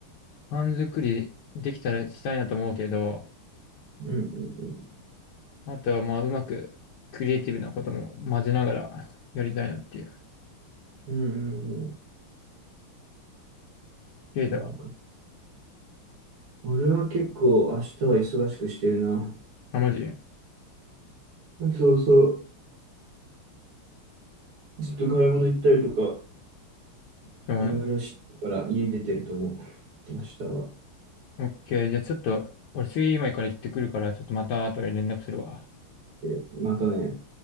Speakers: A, on the left (about 85°); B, on the right (about 80°).
A: パン作りできたらしたいなと思うけど、
B: うんうんうん。
A: あとは、まあ、うまくクリエイティブなことも混ぜながらやりたいなっていう。
B: うんうん
A: ケイタは、
B: うん。うん俺は結構明日は忙しくしてるな。
A: あ、マジ
B: そうそう。ずっと買い物行ったりとか、
A: そうなの。
B: いろいろしてるから家出てると思う。明日は。
A: オッケー。じゃあちょっと、俺、水泳今から行ってくるから、ちょっとまた後で連絡するわ。
B: えまたね。